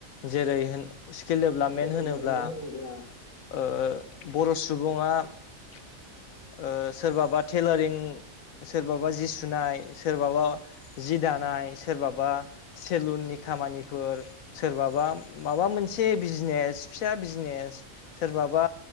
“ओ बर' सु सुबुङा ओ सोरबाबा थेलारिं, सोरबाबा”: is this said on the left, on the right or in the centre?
Left